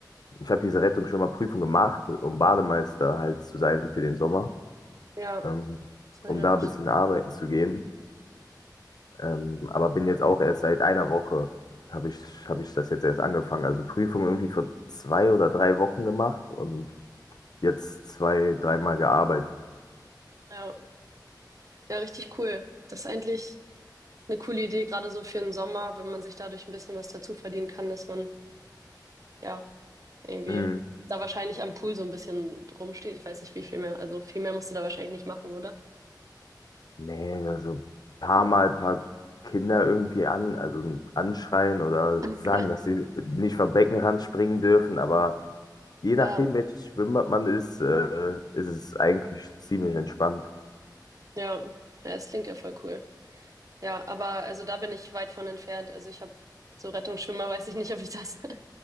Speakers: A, on the left; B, on the right.
A: ich habe diese Rettungsschwimmerprüfung gemacht, um Bademeister halt zu sein für den Sommer,
B: Ja,
A: ähm,
B: voll
A: um
B: nice.
A: da ein bisschen arbeiten zu gehen. Ähm, aber bin jetzt auch erst seit einer Woche, habe ich, hab ich das jetzt erst angefangen. Also Prüfung irgendwie vor zwei oder drei Wochen gemacht und jetzt zwei, dreimal gearbeitet.
B: Ja, ja, richtig cool. Das ist eigentlich. eine coole Idee, gerade so für den Sommer, wenn man sich dadurch ein bisschen was dazu verdienen kann, dass man ja irgendwie
A: Mhm.
B: da wahrscheinlich am Pool so ein bisschen rumsteht. Ich weiß nicht, wie viel mehr, also viel mehr musst du da wahrscheinlich nicht machen, oder?
A: Nee, also ein paar Mal ein paar Kinder irgendwie an, also anschreien oder
B: <laughs>
A: sagen, dass sie nicht vom Beckenrand springen dürfen, aber je
B: Ja,
A: nachdem, welches Schwimmbad man ist, äh, ist es eigentlich ziemlich entspannt.
B: ja, ja, es klingt ja voll cool. Ja, aber also da bin ich weit von entfernt. Also ich habe so Rettungsschwimmer, weiß ich nicht, ob ich das, <laughs> ob